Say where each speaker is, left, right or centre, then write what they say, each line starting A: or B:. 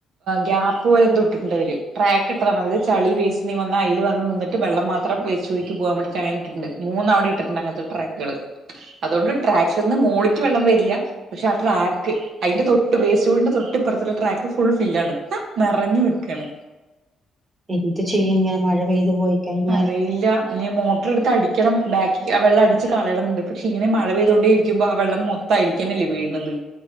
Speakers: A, on the right; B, on the right.
A: ഗ്യാപ് പോലെ എന്തോ ഇട്ടിട്ടുണ്ട് അവര് ട്രാക്ക് ഇട്ടതാണ് അവര് ചളി വേസ്റ്റ് എന്തേ വന്ന അതിൽ വന്ന് നിന്നിട്ട് വെള്ളം മാത്രം വേസ്റ്റ് കുഴിക്ക് പോകാൻ വേണ്ടിട്ട് അങ്ങന ഇട്ട്ട്ടുണ്ട് മൂന്ന് അവടേം ഇട്ട്ട്ടുണ്ട് അങ്ങൻത്തെ ട്രാക്കുകള് അതുകൊണ്ട് ട്രാക്കിന്ന് മോളിക്ക് വെള്ളം വരില്ല പക്ഷെ ആ ട്രാക്ക് അയ്ന്റെ തൊട്ട് വേസ്റ്റ് കുഴിന്റെ തൊട്ട് ഇപ്പുറത്തുള്ള ട്രാക്ക് ഫുൾ ഫില്ലാണ് നിറഞ് നിക്കാണ്
B: എന്ത് ചെയ്യും ങ്ങനെ മഴ പെയ്തു പോയി കഴിഞ്ഞാൽ
A: അറിയില്ല നി മോട്ടർ എടുത്ത് അടിക്കണം ബാക്കി ആ വെള്ളം അടിച്ച് കളയണന്ന്ണ്ട് പക്ഷേ ഇങ്ങന മഴ പെയതോണ്ടേ ഇരിക്കുമ്പോ ആ വെള്ളം ത്തൈൽക്കന്നെ എല്ലേ വീഴ്ണത്